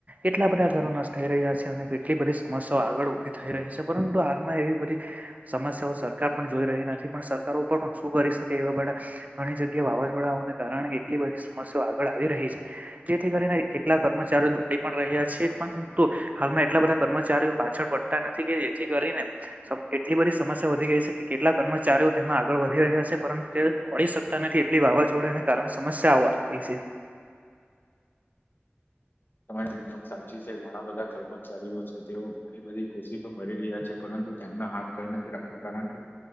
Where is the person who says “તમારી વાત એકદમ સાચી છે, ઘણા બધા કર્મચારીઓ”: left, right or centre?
Left